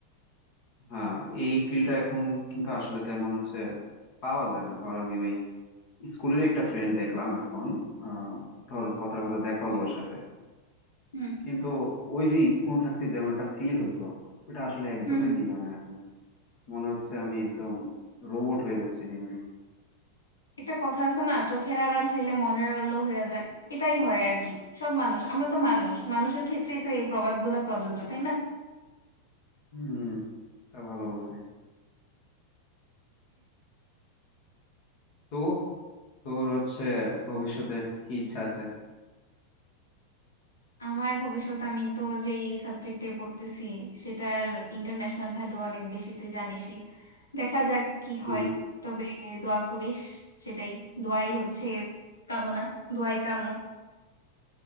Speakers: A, on the left; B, on the left.
A: হ্যাঁ এই ফিল্ডটা এখন কিন্তু আসলে তেমন হচ্ছে পাওয়া যায় না ধর আমি ওই স্কুলের একটা ফ্রেন্ড দেখলাম এখন আহ, ধর কথার কথা দেখা
B: হুম
A: হলো ওর সাথে
B: হুম
A: কিন্তু ওই যে স্কুল থাকতে যেমন একটা ফিল হইতো ওটা আসলে একদমই
B: হুম হুম।
A: ফিল হয় না এখন মনে হচ্ছে আমি একদম রোবট হয়ে যাচ্ছি দিন দিন
B: একটা কথা আছে না চোখের আড়াল হইলে মনের আড়ালও হয়ে যায় এটাই হয় আর কি সব মানুষ আমরা তো মানুষ মানুষের ক্ষেত্রেই তো এই প্রবাদগুলা প্রযোজ্য তাই না
A: হম তা ভালো বলছিস তো তোর হচ্ছে ভবিষ্যতে কি ইচ্ছা আছে
B: আমার ভবিষ্যৎ আমি তো যেই সাবজেক্টে পড়তেছি সেটার ইন্টারন্যাশনাল ভ্যালু অনেক বেশি তুই জানিসই দেখা যাক কি
A: হুম,
B: হয় তবে দোয়া করিস সেটাই দোয়াই হচ্ছে কামনা দোয়াই কাম্য